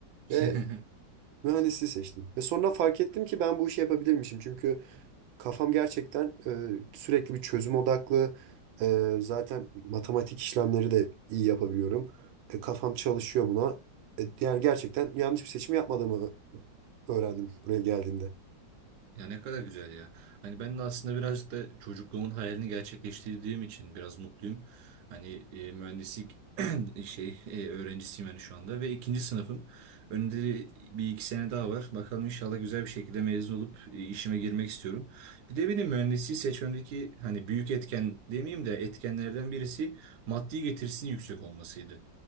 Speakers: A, on the right (about 70°); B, on the right (about 90°).
A: <laughs>
B: Ve mühendisliği seçtim. Ve sonra fark ettim ki ben bu işi yapabilirmişim. Çünkü kafam gerçekten e, sürekli bir çözüm odaklı. E, zaten matematik işlemleri de iyi yapabiliyorum. E, kafam çalışıyor buna. E, yani gerçekten yanlış bir seçim yapmadığımı öğrendim buraya geldiğimde.
A: Ya ne kadar güzel ya. Hani ben de aslında birazcık da çocukluğumun hayalini gerçekleştirdiğim için biraz mutluyum. Hani e, mühendislik <clears throat> şey e, öğrencisiyim hani şu anda ve ikinci sınıfım. Önümde de bir iki sene daha var. Bakalım inşallah güzel bir şekilde mezun olup e, işime girmek istiyorum. Bir de benim mühendisliği seçmemdeki hani büyük etken demeyeyim de etkenlerden birisi maddi getirisinin yüksek olmasıydı.